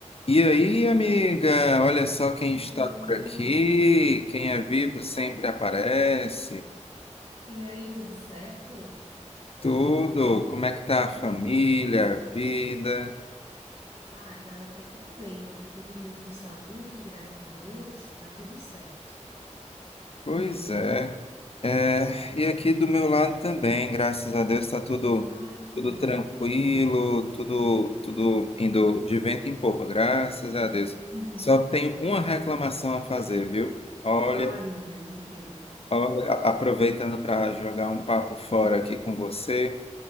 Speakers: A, on the left; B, on the right.
A: E aí, amiga, olha só quem está
B: E aí?
A: por aqui. Quem é vivo sempre aparece.
B: E aí, tudo certo?
A: Tudo. Como é que tá a família,
B: Ai, que
A: a
B: bom.
A: vida?
B: Ai, tá, tá tudo bem aqui. Todo mundo com saúde, graças a Deus. Tá tudo certo.
A: Pois é. É, e aqui do meu lado também, graças a Deus, está tudo
B: Ai, que
A: tudo
B: bom.
A: tranquilo, tudo tudo indo de vento em popa, graças a Deus.
B: <laughs>
A: Só tenho uma reclamação a fazer, viu? Olha,
B: Ai, meu Deus, o quê?
A: olha, a- aproveitando para jogar um papo fora aqui com você.